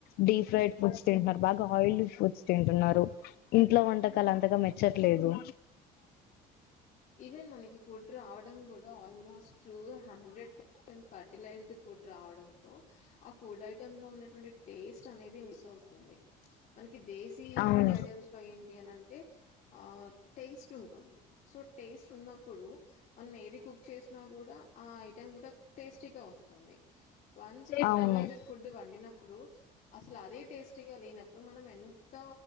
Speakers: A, on the left; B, on the left.
A: డీప్ ఫ్రైడ్ ఫుడ్స్ తింటున్నారు. బాగా ఆయిలీ ఫుడ్స్ తింటున్నారు. ఇంట్లో వంటకాలు అంతగా మెచ్చట్లేదు.
B: ఈవెన్ మనకి ఫుడ్ రావడం కూడా almost hundred percent fertilized food. రావడంతో ఆ ఫుడ్ ఐటెమ్ లో ఉన్నటువంటి టేస్ట్ అనేది మిస్ అవుతుంది ప్చ్. మనకి దేశీ
A: అవును
B: ఫుడ్ ఐటమ్స్ లో ఏంటి అని అంటే ఆహ్ టేస్ట్ ఉంటుంది. సో టేస్ట్ ఉన్నప్పుడు మనం ఏది కుక్ చేసినా కూడా ఆహ్ ఐ కూడా టేస్టీ గా వస్తుంది వన్స్సీ ఫర్టిలైజడ్
A: అవును
B: ఫుడ్ వండినప్పుడు. లవే టేస్టీగా లేనప్పు మనం ఎంతో